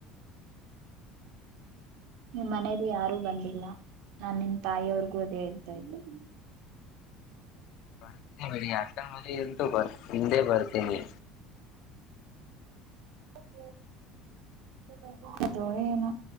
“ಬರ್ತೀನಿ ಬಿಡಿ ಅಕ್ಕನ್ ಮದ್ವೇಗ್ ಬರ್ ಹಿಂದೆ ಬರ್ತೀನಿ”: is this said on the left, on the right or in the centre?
Left